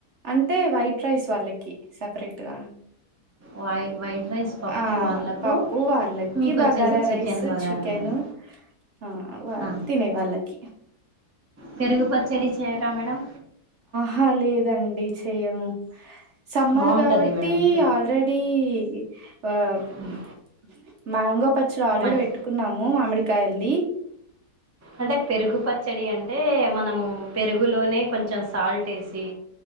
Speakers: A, on the right; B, on the right.
A: అంటే వైట్ రైస్ వాళ్ళకి సపరేట్ గా
B: వై వైట్ రైస్ పప్పు
A: ఆ
B: వాళ్ళకు
A: పప్పు వాళ్ళకి
B: మీకోచ్చేసి
A: bagara
B: chicken
A: rice
B: bagara
A: chicken
B: rice
A: ఆ వా
B: ఆ!
A: తినే వాళ్ళకి
B: పెరుగు పచ్చడి చేయరా మేడం
A: ఆ లేదండి చెయ్యము సమ్మర్
B: బావుంటది
A: గాబట్టి
B: మేడం. పె
A: ఆల్రెడీ వా
B: హ్మ్.
A: ఉ మ్యాంగో పచ్చడ్ ఆల్రెడీ
B: మజ్
A: వేట్టుకున్నాము మామిడికాయ్ ల్ది
B: అంటే పెరుగు పచ్చడి అంటే మనము పెరుగులోనే కొంచెం సాల్ట్ యేసి